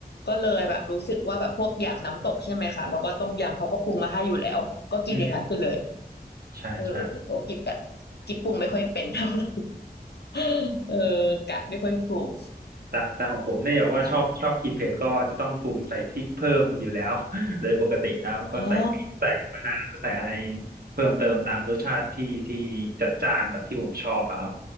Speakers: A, on the left; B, on the right.
A: ก็เลยแบบรู้สึกว่าแบบพวกอย่างน้ำตกใช่ไหมคะแล้วก็ต้มยำเขาก็ปรุงมาให้อยู่แล้วก็กินอย่างนั้นไปเลย
B: อืมฮึใช่ใช่
A: เออโอกิ๊บแบบกิ๊บปรุงไม่ค่อยเป็นเท่าไหร่ <laughs> เออกะไม่ค่อยถูก
B: แต่แต่ของผมเนี่ยอย่างว่าชอบชอบกินเผ็ดก็จะต้องปรุงใส่พริกเพิ่มอยู่แล้ว
A: ค่ะ
B: <laughs> โดยปกติแล้วก็ใส่พริกใส่มะนาวใส่อะไร
A: อ๋อ
B: เพิ่มเติมตามรสชาติที่ที่จัดจ้านแบบที่ผมชอบอะครับ